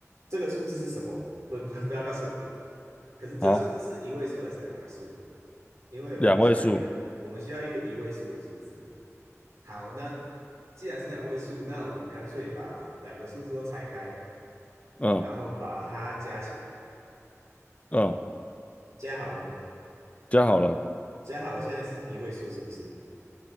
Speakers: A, on the right; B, on the left.
A: 这个数字是什么？不，<laughs> 不不要告诉我。可是这个数字是一位数还是两位数？
B: 好，
A: 因为我们需要一个，
B: 两位数，
A: 我们需要一个一位数的数字。好，那既然是两位数，那我们干脆把两个数字都拆开，
B: 嗯
A: 然后把它加起来，
B: 嗯，
A: 加好吗？
B: 加好了，
A: 加好，现在是一位数，是不是？